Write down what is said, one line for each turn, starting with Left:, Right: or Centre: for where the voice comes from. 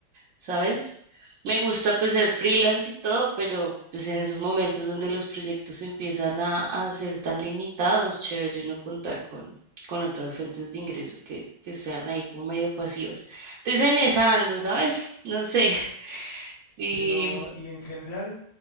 Right: ¿sabes? Me gusta pues ser freelance y todo, pero pues en esos momentos donde los proyectos empiezan a, a ser tan limitados, chévere de uno contar con, con otras fuentes de ingreso que, que sean ahí como medio pasivas. Entonces en esa ando, ¿sabes? No sé <laughs> si
Left: Pero, y en general,